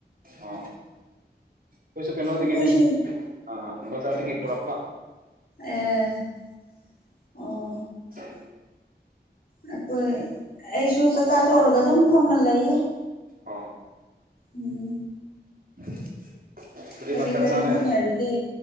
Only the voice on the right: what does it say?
ꯑ ꯀꯣꯏꯁꯨ ꯀ ꯅꯇ
ꯀꯅꯤ ꯑ ꯕꯖꯥꯔꯗꯒꯤ ꯄꯨꯔꯛꯄ
<inaudible>
ꯑꯥ
<inaudible>
ꯃꯊꯦꯜ
ꯆꯥꯔꯦ